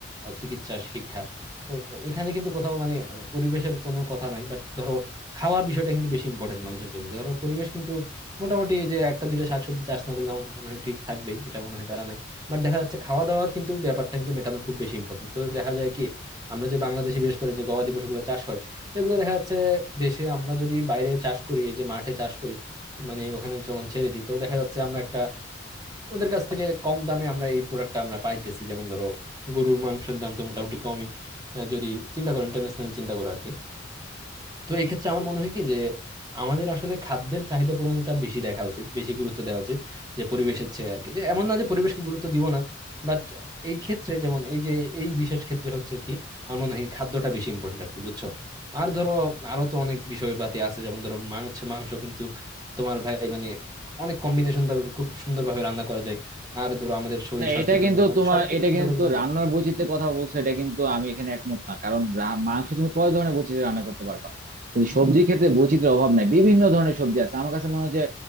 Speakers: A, on the right (about 20°); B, on the right (about 45°).
A: আহ, চিকিৎসা শিক্ষা তো এখানে কিন্তু কোথাও মানে মানে পরিবেশের কোনো কথা নাই বাট ধরো খাওয়ার বিষয়টা কিন্তু বেশি ইম্পর্টেন্ট মানুষের জন্য যে ধরো পরিবেশ কিন্তু মোটামুটি যে একটা দুইটা শাকসবজি চাষ না করলে আমার মনে হয় ঠিক থাকবেই এটা মনে হয় প্যারা নাই বাট দেখা যাচ্ছে খাওয়া দাওয়ার কিন্তু ব্যাপারটা কিন্তু মেটানো খুব বেশি ইম্পর্টেন্ট তো দেখা যায় কি আমরা যে বাংলাদেশে বিশেষ করে যে গবাদি পশুগুলো চাষ হয় এগুলো দেখা যাচ্ছে দেশে আমরা যদি বাইরে চাষ করি এই যে মাঠে চাষ করি মানে ওখানে যখন ছেড়ে দিই তো দেখা যাচ্ছে আমরা একটা ওদের কাছ থেকে কম দামে আমরা এই প্রোডাক্টটা আমরা পাইতেছি যেমন ধরো গরুর মাংসের দাম তো মোটামুটি কমই আহ, যদি চিন্তা করো ইন্টারন্যাশনাল চিন্তা করো আর কি। তো এই ক্ষেত্রে আমার মনে হয় কি যে আমাদের আসলে খাদ্যের চাহিদা পূরণটা বেশি দেখা উচিত বেশি গুরুত্ব দেওয়া উচিত যে পরিবেশের চেয়ে আর কি যে এমন না যে পরিবেশকে গুরুত্ব দিব না বাট এই ক্ষেত্রে যেমন এই যে এই বিশেষ ক্ষেত্রে হচ্ছে কি আমার মনে হয় কি খাদ্যটা বেশি ইম্পর্টেন্ট আর কি বুঝছো আর ধরো আরো তো অনেক বিষয়পাতি আছে যেমন ধরো মাংস মাংস কিন্তু তোমার ভাই মানে অনেক কম্বিনেশন ভাবে খুব সুন্দর ভাবে রান্না করা যায় আর ধরো আমাদের শরীর
B: না
A: স্বাস্থ্যের
B: এটা
A: জন্য
B: কিন্তু
A: মানে
B: তোমার
A: সবকিছু
B: এটা
A: চিন্তা
B: কিন্তু
A: করলে ভাই
B: রান্নার বৈচিত্র্যের কথা বলছো এটা কিন্তু আমি এখানে একমত না কারণ রা- মাংস তুমি কয় ধরনের বৈচিত্র্য রান্না করতে পারবা কিন্তু সবজির ক্ষেত্রে বৈচিত্র্যের অভাব নাই বিভিন্ন ধরনের সবজি আছে আমার কাছে মনে হয় যে